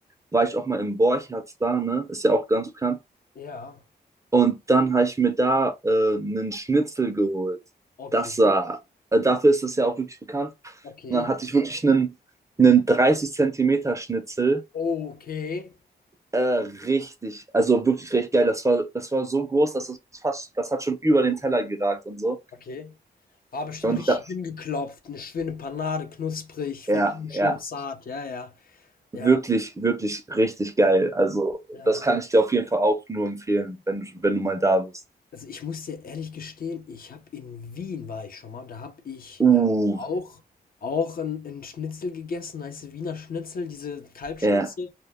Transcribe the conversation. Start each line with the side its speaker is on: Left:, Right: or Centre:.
Right: war ich auch mal im Borchertz da, ne? Ist ja auch ganz bekannt.
Left: ja.
Right: Und dann habe ich mir da äh, einen Schnitzel geholt.
Left: Okay,
Right: Das war, äh, dafür ist das ja auch wirklich bekannt.
Left: okay,
Right: Und dann hatte ich wirklich einen, einen 30 Zentimeter Schnitzel.
Left: okay,
Right: Äh, richtig, also wirklich recht geil. Das war, das war so groß, dass es fast, das hat schon über den Teller geragt und so.
Left: okay. War bestimmt
Right: Und
Left: richtig
Right: da,
Left: dünn geklopft, eine schöne Panade, knusprig,
Right: Ja,
Left: von innen schön
Right: ja.
Left: zart, ja, ja. Ja,
Right: Wirklich, wirklich richtig geil. Also,
Left: ja.
Right: das kann ich dir auf jeden Fall auch nur empfehlen, wenn, du- wenn du mal da bist.
Left: Also ich muss dir ehrlich gestehen, ich habe in Wien war ich schon mal und da habe ich
Right: Uh,
Left: äh, auch, auch ein, ein Schnitzel gegessen, heißt Wiener Schnitzel, diese Kalbschnitzel.
Right: ja,